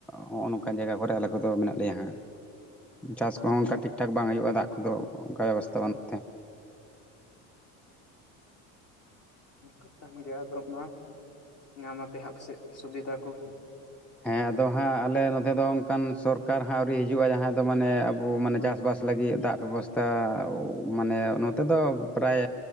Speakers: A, in the centre; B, on the left.
A: ᱱᱚᱜᱼᱚ ᱱᱚᱝᱠᱟᱱ ᱡᱟᱭᱜᱟ ᱠᱚᱨᱮ ᱟᱞᱮ ᱠᱚᱫᱚ ᱢᱮᱱᱟᱜ ᱞᱮᱭᱟ ᱦᱟᱸᱜ ᱪᱟᱥ ᱠᱚᱦᱚᱸ ᱚᱱᱠᱟ
B: ᱦᱚᱲ
A: ᱴᱷᱤᱠ ᱴᱷᱟᱠ ᱵᱟᱝ ᱦᱩᱭᱩᱜᱼᱟ ᱫᱟᱜ ᱠᱚᱫᱚ ᱚᱱᱠᱟ ᱵᱮᱵᱚᱥᱛᱟ ᱵᱟᱹᱱᱩᱜ ᱛᱮ
B: <unintelligible> ᱚᱱᱠᱟ ᱠᱟᱱ ᱜᱮᱭᱟ ᱟᱫᱚ ᱢᱟ ᱧᱟᱢ ᱟᱯᱮ ᱦᱟᱸᱜ ᱟᱯᱟᱥᱮᱡ ᱥᱩᱵᱤᱫᱷᱟ ᱠᱚ
A: ᱦᱮᱸ ᱟᱫᱚ ᱦᱟᱸᱜ ᱟᱞᱮ ᱱᱚᱛᱮ ᱫᱚ ᱚᱱᱠᱟᱱ ᱥᱚᱨᱠᱟᱨ ᱦᱟᱸᱜ ᱟᱹᱣᱨᱤ ᱦᱤᱡᱩᱜᱼᱟ ᱡᱟᱦᱟᱸᱭ ᱫᱚ ᱢᱟᱱᱮ ᱟᱵᱚ ᱢᱟᱱᱮ ᱪᱟᱥᱵᱟᱥ ᱞᱟᱹᱜᱤᱫ ᱫᱟᱜ ᱵᱮᱵᱚᱥᱛᱟ ᱢᱟᱱᱮ ᱱᱚᱛᱮ ᱫᱚ ᱯᱨᱟᱭ